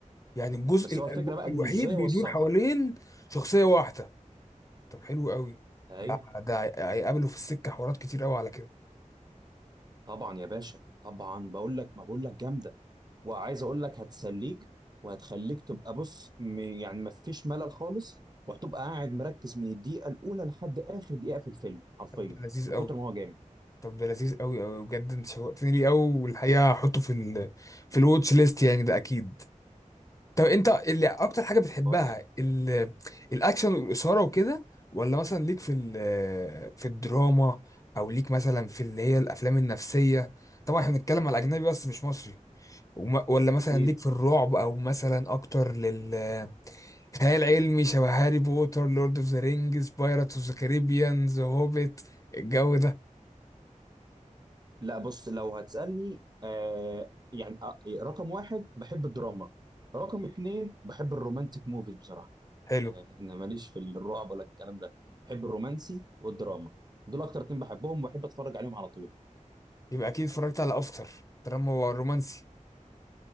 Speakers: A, on the left; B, on the right.
A: يعني الجزء
B: بس
A: ال-
B: هو الفكره
A: الو-
B: بقى
A: الوحيد
B: انه ازاي يوصلها
A: بيدور حوالين شخصية واحدة طب حلو قوي
B: اهي
A: ده ده هيقابله في السكة حوارات كتير قوي على كده
B: طبعا يا باشا طبعا بقول لك ما بقول لك جامده وعايز اقول لك هتسليك وهتخليك تبقى بص م- يعني ما فيش ملل خالص وهتبقى قاعد مركز من الدقيقه الاولى لحد اخر دقيقه في الفيلم حرفيا
A: طب ده لذيذ
B: من
A: قوي
B: كتر ما هو جامد
A: طب ده لذيذ قوي قوي بجد انت شوقتني ليه قوي والحقيقة هحطه في ال في الواتش ليست يعني ده اكيد طب انت اللي اكتر حاجه
B: حلو
A: بتحبها
B: خالص
A: ال- الاكشن والاثاره وكده ولا مثلا ليك في ال- في الدراما او ليك مثلا في اللي هي الافلام النفسيه طبعا احنا بنتكلم على اجنبي بس مش مصري وما- ولا مثلا
B: اكيد
A: ليك في الرعب او مثلا اكتر لل خيال علمي شبه هاري بوتر لورد اوف ذا رينجز بايرتس اوف ذا كاريبيان ذا هوبيت الجو ده
B: لا بص لو هتسالني آه يعني آه رقم واحد بحب الدراما رقم اتنين بحب الرومانتك موفيز بصراحه
A: حلو
B: آه انا ماليش في الرعب ولا الكلام ده بحب الرومانسي والدراما دول اكتر اتنين بحبهم وبحب اتفرج عليهم على طول
A: يبقى اكيد اتفرجت على افتر دراما رومانسي